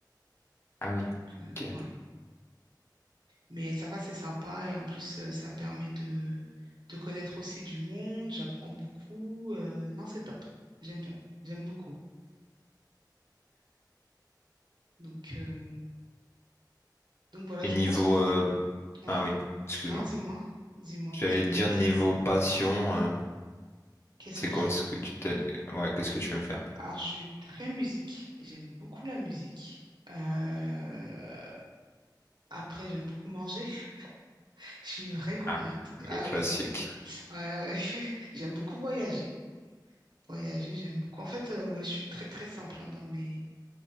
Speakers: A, on the left; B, on the right.
A: Ah oui,
B: Donc, euh,
A: ok.
B: ouais. Mais ça va, c'est sympa et en plus euh, ça permet de, de connaître aussi du monde, j'apprends beaucoup. Euh, non, c'est top, j'aime bien, j'aime beaucoup. Donc, euh, donc voilà,
A: Et
B: je
A: niveau
B: pense.
A: euh,
B: Oui,
A: ah oui, excuse-moi.
B: non, dis-moi, dis-moi,
A: J'allais
B: pose-moi
A: te
B: ta
A: dire
B: question.
A: niveau passion, euh,
B: Qu'est-ce
A: c'est
B: que
A: quoi
B: j'aime?
A: ce que tu t'es ouais, qu'est-ce que tu aimes faire?
B: Alors, je suis très musique. J'aime beaucoup la musique. Euh, Après, j'aime beaucoup manger. <laughs> Je suis une vraie gourmande.
A: Ah, le
B: Ah
A: classique.
B: oui, ouais, ouais. <laughs> J'aime beaucoup voyager. Voyager, j'aime beaucoup. En fait, euh, ouais, je suis très, très simple hein, dans mes,